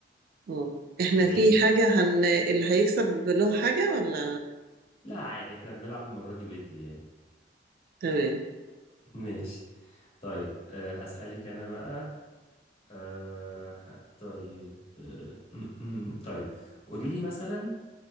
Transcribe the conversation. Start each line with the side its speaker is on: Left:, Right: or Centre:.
Right: اه احنا
Left: ليا
Right: في حاجة هن... اللي هيكسب له حاجة ولا
Left: لا عادي احنا بنلعب المرة دي ودي يعني <laughs>
Right: تمام
Left: ماشي طيب أه هسألك انا بقى آه طيب آه م- م- طيب قولي لي مثلا